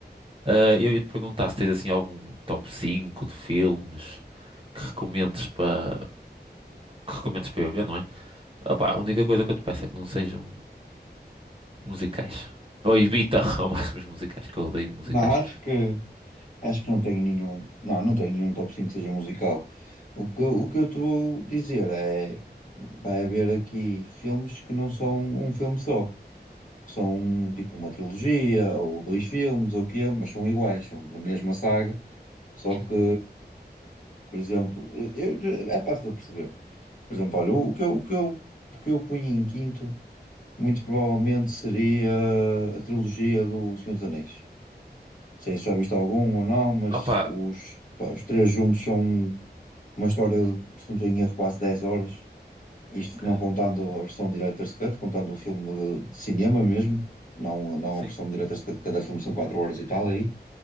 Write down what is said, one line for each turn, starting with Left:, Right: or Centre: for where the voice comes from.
Right: Ah, eu ia-te perguntar se tens assim algum top 5 de filmes que recomendes para que recomendes para eu ver, não é? Ah, pá, a única coisa que eu te peço é que não sejam. Musicais. Ou evita <laughs> ao máximo os musicais, que eu odeio musicais.
Left: Não, acho que, acho que não tenho nenhum. Não, não tenho nenhum top 5 que seja musical. O que, o que eu te vou dizer é. Vai haver aqui filmes que não são um filme só. Que são um, tipo uma trilogia, ou dois filmes, ou o quê, mas são iguais, são da mesma saga. Só
Right: <clears throat>
Left: que, por exemplo, eu- é fácil de perceber. Por exemplo, olha, o que eu, o que eu, o que eu punho em quinto, muito provavelmente seria a trilogia do Senhor dos Anéis. Não sei se já viste algum ou não, mas
Right: Opa,
Left: os, pá, os três juntos são uma história, de, se não tenho erro, quase 10 horas. Isto
Right: credo,
Left: não contando a versão Director's Cut, contando o filme de, de cinema mesmo, não, não
Right: sim.
Left: a versão de Director's Cut, cada filme são 4 horas e tal aí.